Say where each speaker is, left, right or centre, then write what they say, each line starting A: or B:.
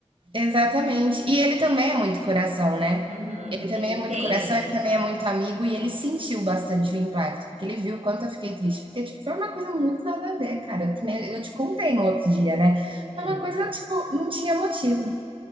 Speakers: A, on the right; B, on the right.
A: Exatamente. E ele também é muito coração, né.
B: Uhum,
A: Ele também
B: ele entende.
A: é muito coração, ele também é muito amigo e ele sentiu bastante o impacto, porque ele viu o quanto eu fiquei triste, porque, tipo, foi uma coisa muito nada a ver, cara, que nem eu te contei no outro dia, né,
B: Sim.
A: foi uma coisa, tipo, não tinha motivo.